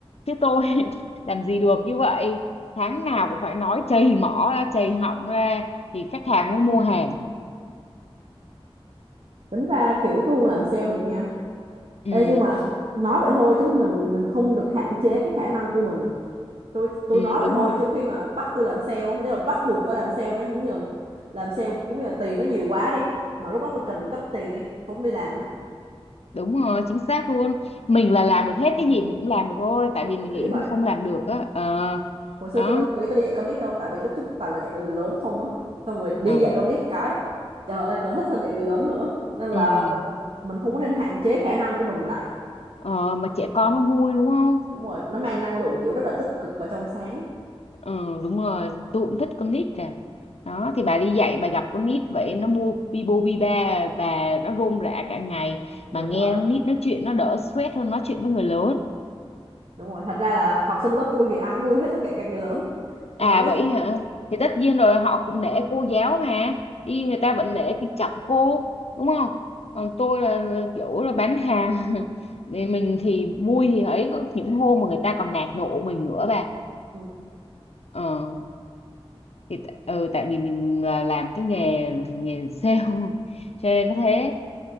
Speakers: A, on the left; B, on the right.
A: chứ tôi <laughs> làm gì được như vậy tháng nào cũng phải nói chầy mỏ ra chầy họng ra thì khách hàng mới mua hàng
B: Tính ra kiểu tôi không làm sale được nha.
A: ừ,
B: Ê nhưng mà nói vậy thôi chứ mình mình không được hạn chế cái khả năng của mình tôi tôi
A: ừ
B: nói vậy
A: đúng
B: thôi
A: rồi
B: chứ khi mà bắt tôi làm sale nếu mà bắt buộc phải làm sale nhá giống như là làm sale giống như là tiền nó nhiều quá đi mà lúc đó tôi cần gấp tiền đi tôi không đi làm nữa
A: đúng rồi chính xác luôn mình là làm được hết cái gì mình cũng làm được thôi tại
B: tôi
A: vì mình
B: nghĩ
A: nghĩ
B: vậy
A: mình không làm được á ờ
B: hồi xưa
A: đó
B: tôi đâu có nghĩ tôi đi dạy con nít đâu tại vì lúc trước toàn là dạy con người lớn không á xong rồi đi
A: ờ
B: dạy con nít cái trời ơi còn thích hơn dạy người lớn nữa nên là
A: ừ
B: mình mình không có nên hạn chế khả năng của mình lại
A: ờ mà trẻ con nó vui đúng không
B: đúng rồi nó mang năng lượng kiểu rất là tích cực và trong sáng
A: Ừ đúng rồi, tôi cũng thích con nít cả. Đó thì bà đi dạy bà gặp con nít vậy nó bu bi bô bi ba bà nó rôm rả cả ngày
B: đúng
A: mà nghe
B: rồi
A: con nít nói chuyện nó đỡ stress hơn nói chuyện với người lớn.
B: đúng rồi thật ra là học sinh lớp tôi thì ai cũng vui hết tất cả các người lớn
A: À
B: còn nít
A: vậy hả? Thì tất nhiên rồi họ cũng nể cô giáo mà. Đi người ta vẫn nể kính trọng cô, đúng không? Còn tôi là, là kiểu là bán hàng. <laughs> Thì mình thì vui thì ấy có những hôm mà người ta còn nạt nộ mình nữa bà.
B: ừ.
A: Ờ thì t- ừ, tại vì mình là làm cái nghề nghề sale <laughs> cho nên nó thế